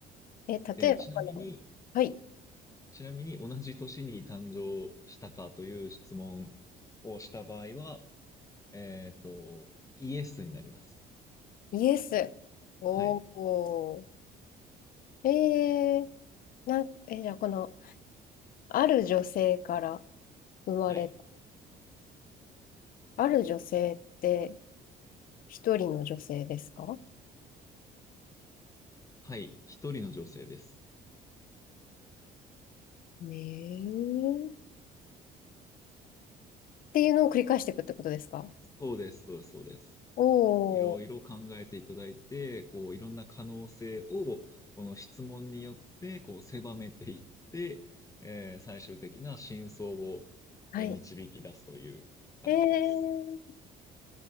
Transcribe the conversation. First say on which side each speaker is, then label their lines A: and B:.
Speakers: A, on the left; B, on the left.
A: え、例えば、
B: えーちなみに、
A: あのはい。
B: ちなみに同じ年に誕生したかという質問をした場合は、えっと、イエスになります。
A: イエス。おお。
B: はい。
A: えー、な、え、じゃあこの、ある女性から生まれた。
B: はい。
A: ある女性って一人の女性ですか
B: はい。一人の女性です。
A: ねえ。っていうのを繰り返していくってことですか
B: そうです。そうです。そうです。
A: おー。
B: いろいろ考えていただいて、こう、いろんな可能性を、この質問によって、こう、狭めていって、えー最終的な真相を、
A: はい。
B: えー導き出すという感じです。
A: えー